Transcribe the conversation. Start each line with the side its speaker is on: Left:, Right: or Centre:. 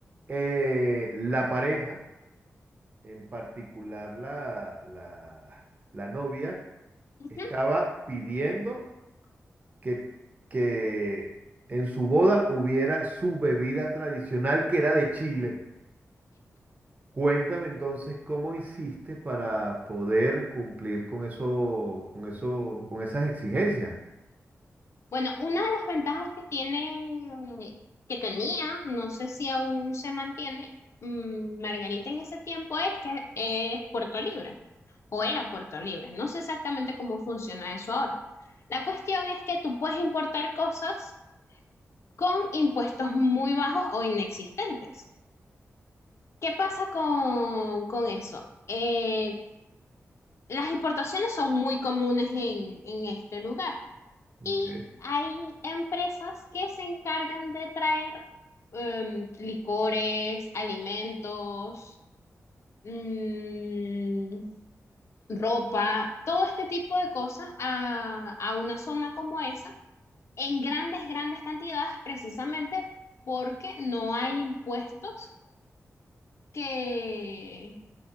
Right: eh, la pareja en particular la, la, la novia,
Left: Ujú,
Right: estaba pidiendo que, que en su boda hubiera su bebida tradicional que era de Chile. Cuéntame entonces cómo hiciste para poder cumplir con eso, con eso, con esas exigencias.
Left: Bueno, una de las ventajas que tiene, que tenía, no sé si aún se mantiene, mm, Margarita en ese tiempo es que es Puerto Libre, o era Puerto Libre. No sé exactamente cómo funciona eso ahora. La cuestión es que tú puedes importar cosas con impuestos muy bajos o inexistentes. ¿Qué pasa con, con eso? Eh, las importaciones son muy comunes en, en este lugar.
Right: Ok.
Left: Y hay empresas que se encargan de traer em, licores, alimentos, mm, ropa, todo este tipo de cosas a, a una zona como esa en grandes, grandes cantidades, precisamente porque no hay impuestos que,